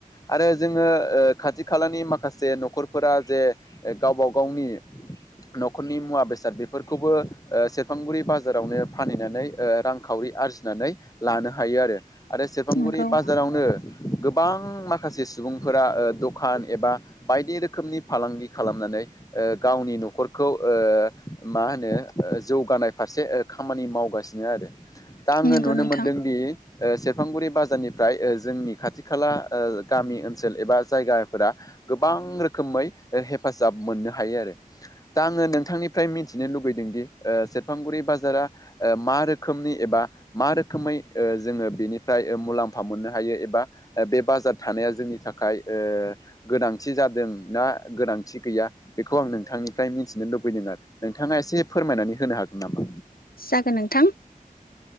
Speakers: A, on the left; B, on the left.
A: आरो ओ जोङो खाथि खालानि माखासे न'खरफोरा जे ओ गावबा गावनि न'खरनि मुवा बेसाद बेफोरखौबो ओ सेरफांगुरि बाजारावनो फानहैनानै ओ रांखावरि आरजिनानै लानो हायो आरो। आरो सेरफांगुरि
B: नंगौ
A: बाजारावनो गोबां माखासे सुबुंफोरा ओ दखान एबा बायदि रोखोमनि फालांगि खालामनानै ओ गावनि न'खरखौ ओ मा होनो जौगानाय फारसे ओ खामानि मावगासिनो आरो। दा आङो
B: नंगौ
A: नुनो
B: नोंथां
A: मोनदोंदि ओ सेरफांगुरि बाजारनिफ्राय ओ जोंनि खाथि खाला ओ गामि ओनसोल एबा जायगाफोरा गोबां गोबां रोखोमै ओ हेफाजाब मोननो हायो आरो। दा आङो नोंथांनिफ्राय मिथिनो लुगैदोंदि ओ सेरफांगुरि बाजारा ओ मा रोखोमनि एबा बा मा रोखोमै ओ जोङो बेनि फ्राय मुलाम्फा मोननो हायो एबा बे बाजार थानाया जोंनि थाखाय ओ गोनांथि जा जादों ना गोनांथि गैया बेखौ आं नोंथांनिफ्राय मिथिनो लुबैदों आरो नोंथाङा एसे फोरमायनानै होनो हागोन नामा?
B: जागोन नोंथां